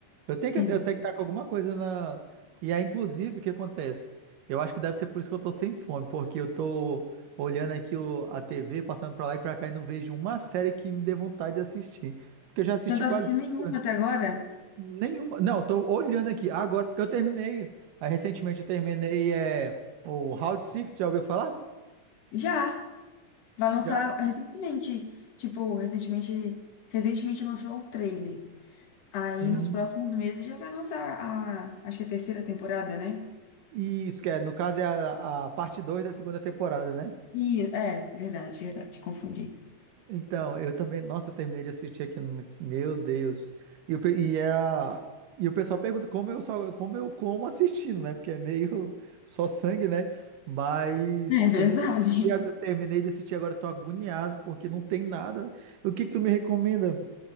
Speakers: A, on the right (about 80°); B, on the left (about 55°).
A: Eu tenho
B: Sim.
A: que, eu tenho que estar com alguma coisa na. E aí, inclusive, o que acontece? Eu acho que deve ser por isso que eu tô sem fome, porque eu tô olhando aqui o- a TV, passando pra lá e pra cá e não vejo uma série que me dê vontade de assistir. Porque eu já assisti
B: Você não tá
A: quase
B: assistindo
A: tudo.
B: nenhuma
A: né?
B: até agora?
A: Nenhuma. Não, eu tô olhando aqui agora, porque eu terminei. Aí, recentemente eu terminei é, o Round Six já ouviu falar?
B: Já. Vai
A: Já.
B: lançar recentemente. Tipo, recentemente. Recentemente lançou o trailer. Aí
A: Uhum.
B: nos próximos meses já vai lançar a, acho que é a terceira temporada, né?
A: Isso, que é, no caso é a, a parte 2 da segunda temporada, né?
B: E, é, verdade, verdade, confundi.
A: Então, eu também. Nossa, eu terminei de assistir aqui. no- Meu Deus. E, o pe- e, a, e o pessoal pergunta como eu só, como eu como assistindo, né? Porque é meio <laughs> só sangue, né? Mas
B: É verdade.
A: terminei de assistir, ag- terminei de assistir agora, tô agoniado, porque não tem nada. O que que tu me recomenda?